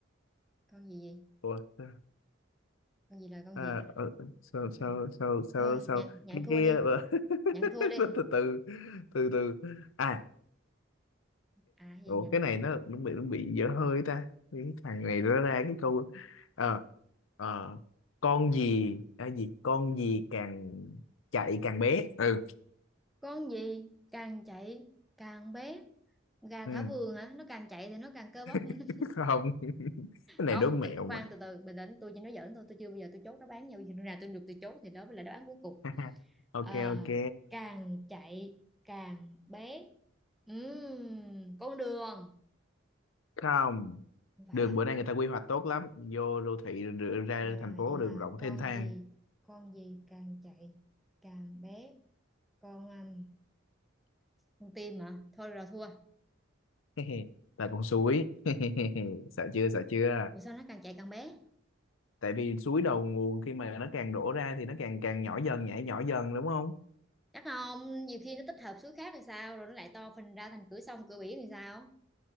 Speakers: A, in the centre; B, on the left (about 85°).
A: con gì gì
B: ủa, sao-
A: con gì là con
B: à,
A: gì
B: ờ, sao sao
A: Ừ.
B: sao sao
A: thôi
B: sao
A: nhận nhận
B: cái
A: thua
B: cái
A: đi
B: ờ,
A: nhận thua đi
B: <laughs> từ từ từ từ à
A: à gì
B: ủa
A: nhận
B: cái này nó nó bị nó bị dở hơi ta cái thằng này nó ra cái câu ờ ờ con gì à, gì con gì càng chạy càng bé ừ
A: con gì càng chạy càng bé gà
B: ừ
A: thả vườn hả nó càng chạy thì nó càng cơ bắp <laughs> nên
B: <laughs>
A: nó...
B: không cái này
A: không
B: đố mẹo
A: tôi, khoan
B: mà
A: từ từ bình tĩnh tôi chỉ nói giỡn thôi tôi chưa bao giờ tôi chốt đáp án nhau khi nào tôi được tôi chốt thì đó mới là đáp án cuối cùng
B: <laughs>
A: à
B: ok ok
A: càng chạy càng bé Ừm, con đường
B: không
A: không phải
B: đường
A: à
B: bữa nay người ta quy hoạch tốt lắm vô đô thị rồi đưa ra
A: À,
B: thành phố
A: vậy
B: đường
A: là
B: rộng
A: con
B: thênh thang
A: gì con gì càng chạy càng bé con um, con tim mà thôi rồi thua
B: <laughs> là con suối <laughs> sợ chưa sợ chưa
A: ủa sao nó càng chạy càng bé
B: tại vì suối đầu nguồn khi mà nó càng đổ ra thì nó càng càng nhỏ dần nhảy nhỏ dần đúng không
A: chắc không nhiều khi nó tích hợp số khác thì sao rồi nó lại to phình ra thành cửa sông cửa biển thì sao